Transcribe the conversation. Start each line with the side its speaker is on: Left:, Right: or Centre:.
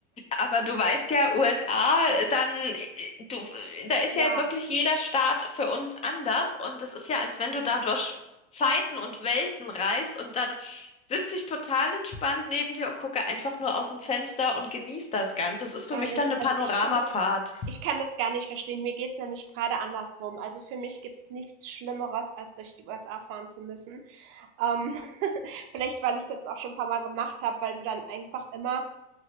Left: Aber du weißt ja, USA, dann, äh, du, da ist
Right: Ja,
Left: ja wirklich jeder Staat für uns anders und es ist ja, als wenn du da durch Zeiten und Welten reist und dann sitze ich total entspannt neben dir und gucke einfach nur aus dem Fenster und genieße das Ganze. Es ist für
Right: ehrlich,
Left: mich dann eine
Right: also
Left: Panoramafahrt.
Right: ich kann das, Ich kann das gar nicht verstehen. Mir geht's nämlich gerade andersrum. Also für mich gibt's nichts Schlimmeres, als durch die USA fahren zu müssen. Ähm, <laughs> vielleicht, weil ich es jetzt auch schon ein paar Mal gemacht habe, weil du dann einfach immer